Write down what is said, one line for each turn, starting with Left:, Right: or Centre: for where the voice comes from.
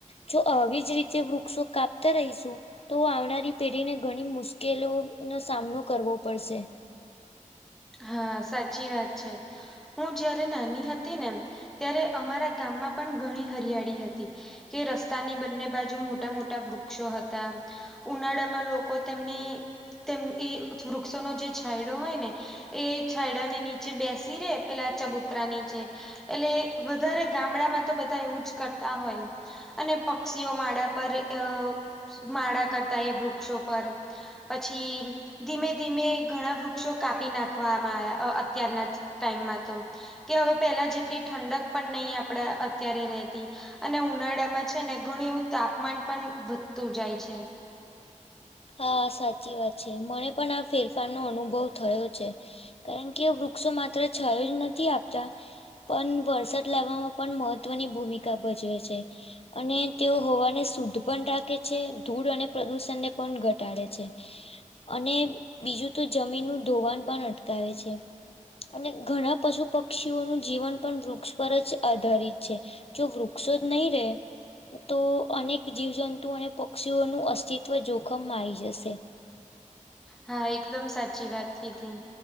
Left: જો આવી જ રીતે વૃક્ષો કાપતા રહીશું તો આવનારી પેઢીને ઘણી મુશ્કેલો નો સામનો કરવો પડશે.
Centre: હા સાચી વાત છે. હું જયારે નાની હતી ને, ત્યારે અમારા ગામમાં પણ ઘણી હરિયાળી હતી. કે રસ્તાની બંને બાજુ મોટા-મોટા વૃક્ષો હતા ઉનાળામાં લોકો તેમની તેમ ઈ વૃક્ષોનો જે છાયડો હોય ને એ છાયડા ની નીચે બેસી રહે, પેલા ચબૂતરા નીચે એટલે વધારે ગામડામાં તો બધા એવું જ કરતા હોય. અને પક્ષીઓ માળા પર અહ માળા કરતા એ વૃક્ષો પર પછી ધીમે-ધીમે ઘણા વૃક્ષો કાપી નાખ ખવામાં આયા, અ અત્યારના જ ટાઈમમાં તો. કે હવે પેલા જેટલી ઠંડક પણ નહીં આપડા અત્યારે રહેતી. અને ઉનાળામાં છે ને ઘણું એવું તાપમાન પણ વધતું જાય છે.
Left: હા સાચી વાત છે. મને પણ આ ફેર ફાર નો અનુભવ થયો છે, કારણ કે વૃક્ષો માત્ર છાયો જ નથી આપતા પન વરસાદ લાવવામાં પણ મહત્વની ભૂમિકા ભજવે છે. અને તેઓ હવાને શુદ્ધ પણ રાખે છે, ધૂળ અને પ્રદુષણને પણ ઘટાડે છે. અને બીજું તો જમીનનું ધોવાણ પણ અટકાવે છે. અને ઘણા પશુ પક્ષીઓનું જીવન પણ વૃક્ષ પર જ આધારિત છે. જો વૃક્ષો જ નહીં રહે તો અનેક જીવજંતુ અને પક્ષીઓનું અસ્તિત્વ જોખમમાં આઈ જશે.
Centre: હા એકદમ સાચી વાત કીધી.